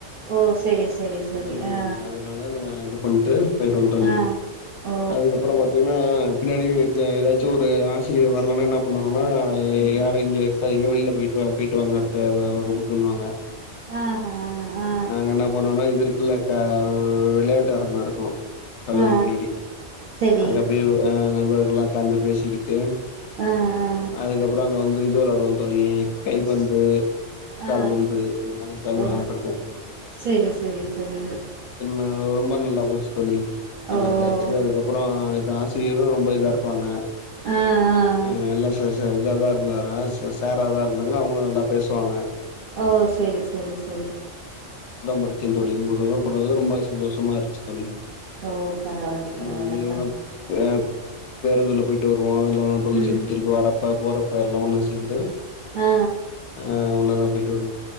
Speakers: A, on the right; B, on the left.
A: ஓ செரி செரி செரி
B: ம்
A: ஆ
B: அதனால நாங்க இது பண்ட்டு போயிருவோ தோழி
A: ஆ ஓ
B: அதுக்கப்பறோ பாத்தீங்கன்னா பின்னாடியு எ எதாச் ச்சோ ஒரு ஆசிரியர் வர்லனா என்ன பண்ணுவாங்கன்னா
A: ம்
B: யாரு இங்கே அது எங்கோ வெளில போயிட்டு போயிட்டு வாங்க அடுத்த <unintelligible> வாங்க
A: ஆஹா ஆ
B: நாங்க என்ன பண்ணுவோனா இது இருக்ல்ல த வெளயாட்டு அரங்கோ இருக்கு கல்லூரி
A: ஆ ஆ
B: பின்னாடி
A: செரி
B: அங்க போயிருவோ அ போர்ல்லா உக்காந்து பேசிக்கிட்டு
A: ஆ ஆ
B: அதுக்கப்பறோ அங்க வந்து இது வெளாடுவோ தோழி கை பந்து கால்
A: ஆ
B: வந்து இது எல்லாமே உக்காந்து
A: ஓ
B: வெளாண்ட்டு இருப்போ தோழி
A: செரி செரி செரி
B: நாங்க ரொம்ப நல்லா போச்சு தோழி நல்லா
A: ஓ
B: இதாச்சு அதுக்கப்றோ இது ஆசிரியரு ரொ ம்ப இதா இருப்பாங்க
A: ஆ ஆ
B: எ எல்லா இதாதா இருந்தாரா ச சார் ஆதா இருந்தாங்க அவுங்களு நல்லா பேசுவாங்க
A: ஓ செரி செரி செரி
B: படிச்சேன் தோழி <unintelligible> ரொம்ப சந்தோஷமா இருந்துச்சு தோழி
A: ஓ பரவால பரவால
B: ம் இதுலதா
A: சந்தோஷோ
B: பே பேருந்துல போயிட்டு வருவோ இல்ல <unintelligible>
A: ம்
B: சேந்து திருப்பி வர்ரப்ப போறப்ப எல்லா ஒன்னா சேந்து
A: ஆ
B: ஆ ஒன்னாதா போயிட்டு வருவோ